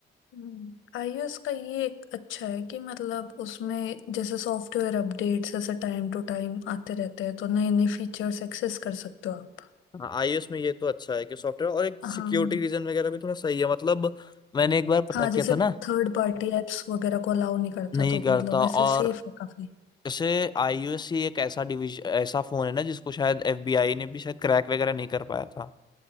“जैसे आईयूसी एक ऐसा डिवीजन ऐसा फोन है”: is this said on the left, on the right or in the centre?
Left